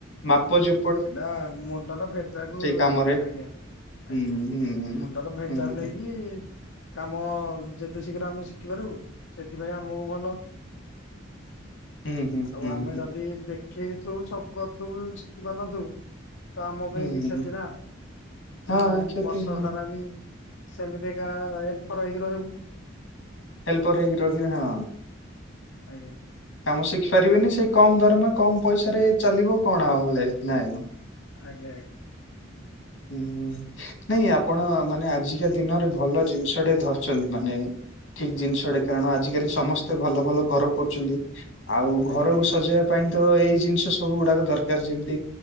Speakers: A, on the left (about 70°); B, on the left (about 85°).
A: ମାପ ଯୁ
B: ସେଟା ମୁଣ୍ଡର ଭେଜାକୁ
A: କାମରେ
B: ଆଜ୍ଞା
A: ହୁଁ
B: ଆଜ୍ଞା
A: ହୁଁ ହୁଁ।
B: ମୁଣ୍ଡର ଭେଜାମ
A: ହୁଁ
B: ନେଇକି କାମ ଯେତେ ଶୀଘ୍ର ଆମେ ଶିଖିପାରୁ ସେଥିପାଇଁ ଆମକୁ ଭଲ
A: ହୁଁ ହୁଁ
B: ଆଉ
A: ହୁଁ
B: ଆମେ
A: ହୁଁ
B: ଯଦି ଦେଖ କିଥୁ ସବୁ କରିଥୁ ଶିଖିପାରୁନଥୁବୁ ତ ଆମ
A: ହୁଁ
B: ପାଇଁ ବି କ୍ଷତି
A: ହୁଁ।
B: ନା ମ
A: ହଁ କ୍ଷତି
B: ବର୍ଷ
A: ହଁ।
B: ଧାରା ବି ସେମିତି ଏକା ହେଲଫର ହେଇକି ରହିବୁ
A: ହେଲ୍ପର ହେଇକି ରଖିବେ ହଁ
B: ଆଜ୍ଞା
A: କାମ ଶିଖି ପାରିବେନି ସେଇ କମ ଦରମା କମ ପଇସାରେ ଚାଲିବ କଣ ଆଉ ଲାଇଫ ନା ଆ କ
B: ଆଜ୍ଞା ଆଜ୍ଞା
A: ହୁଁ ନାଇଁ ଆପଣ ମାନେ ଆଜିକା ଦିନରେ ଭଲ ଜିନିଷ ଟେ ଧରିଛନ୍ତି ମାନେ ଠିକ ଜିନିଷଟେ କାରଣ ଆଜିକାଲି ସମସ୍ତେ ଭଲ ଭଲ କର କୁ କରୁଛନ୍ତି ଆଉ
B: ଆଜ୍ଞା
A: ଘରକୁ
B: ଆଜ୍ଞା
A: ସଜେଇବା ପାଇଁ ତ ଏଇ ଜିନିଷ ସବୁ ଗୁଡାକ ଦରକାର ଯେମିତି